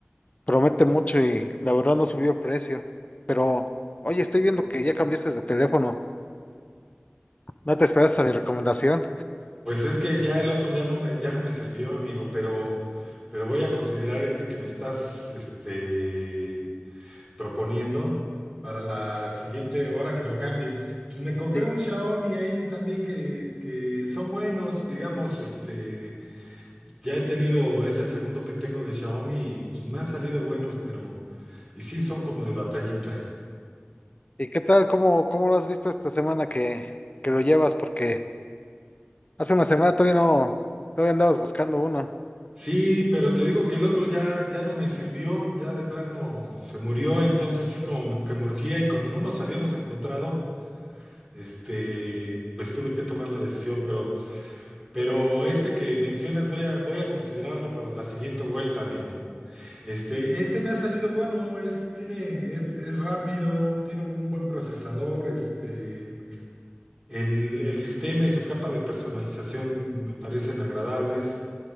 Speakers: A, on the left (about 35°); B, in the centre.
A: Promete mucho y la verdad no subió el precio. Pero, oye, estoy viendo que ya cambiaste de teléfono. No te esperas a mi recomendación.
B: Pues es que ya el otro ya no me, ya no me sirvió, amigo, pero, pero voy a considerar este que me estás, este, proponiendo para la siguiente hora que lo cambie. Pues me compré
A: <laughs> ¿Y,
B: un Xiaomi ahí también que, que son buenos, digamos, este. Ya he tenido, es el segundo que tengo de Xiaomi y pues me han salido buenos, pero, y sí, son como de batallita.
A: y qué tal? ¿Cómo, cómo lo has visto esta semana que, que lo llevas? Porque hace una semana todavía no, todavía andabas buscando uno.
B: Sí, pero te digo que el otro ya, ya no me sirvió, ya de plano se murió, entonces sí como me- que me urgía y como no nos habíamos encontrado, este, pues tuve que tomar la decisión, pero, pero este que mencionas voy a, voy a considerarlo para la siguiente vuelta, amigo. Este, este me ha salido bueno, es, tiene, es, es rápido, tiene un buen procesador, este, El, el sistema y su capa de personalización me parecen agradables.